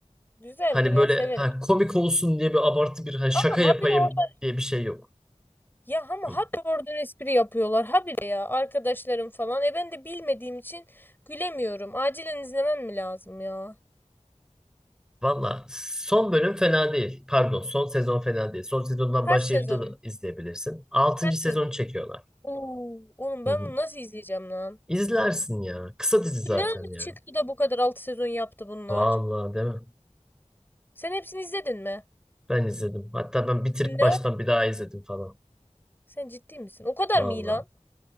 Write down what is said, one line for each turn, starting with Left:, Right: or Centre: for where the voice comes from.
Left: Güzeldir
Centre: Hani
Left: ya
Centre: böyle
Left: severim.
Centre: ha, komik olsun diye bir abartı bir ha, şaka
Left: Ama
Centre: yapayım
Left: habire orada
Centre: diye bir şey yok.
Left: ya ama
Centre: Hı.
Left: habire oradan espri yapıyorlar. Habire ya arkadaşlarım falan. E ben de bilmediğim için gülemiyorum. Acilen izlemem mi lazım ya?
Centre: Valla son bölüm fena değil. Pardon, son sezon fena değil. Son sezondan
Left: Kaç
Centre: başlayıp
Left: sezon?
Centre: da da izleyebilirsin. Altıncı
Left: Kaç
Centre: sezon
Left: sezon?
Centre: çekiyorlar.
Left: Oo, oğlum ben
Centre: Hı hı.
Left: bunu nasıl izleyeceğim lan?
Centre: İzlersin ya. Kısa dizi zaten
Left: Bu ne ara
Centre: ya.
Left: çıktı da bu kadar 6 sezon yaptı bunlar?
Centre: Valla değil mi?
Left: Sen hepsini izledin mi?
Centre: Ben izledim. Hatta ben bitirip
Left: Ne
Centre: baştan bir daha izledim falan.
Left: Sen ciddi misin? O kadar
Centre: Valla.
Left: mı iyi lan?